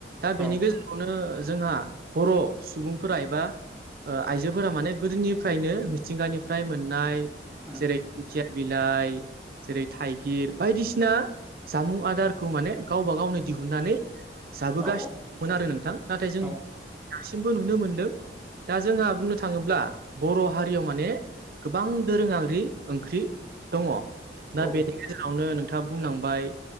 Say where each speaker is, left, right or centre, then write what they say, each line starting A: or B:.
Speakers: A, on the right; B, in the centre.
A: दा बेनि
B: औ
A: गेजेराव बेखौनो जोंहा बर' सुबुंफोरा एबा आइजोफोरा माने गोदोनिफ्रायनो मिथिंगानिफ्राय मोननाय
B: उम
A: जेरै दिंखिया बिलाइ जेरै थाइगिर बायदिसिना जामुं आदारखौ माने गावबा गावनो दिहुननानै जाबोगासिनोमोन
B: औ
A: आरो नोंथां नाथाय जों
B: औ
A: दासिमबो नुनो मोनदों । दा जोंहा बुंनो थाङोब्ला बर' हारियाव माने गोबां दोरोङि ओंख्रि दङ । दा
B: औ
A: बेनि गेजेरावनो नोंथाङा बुंलांबाय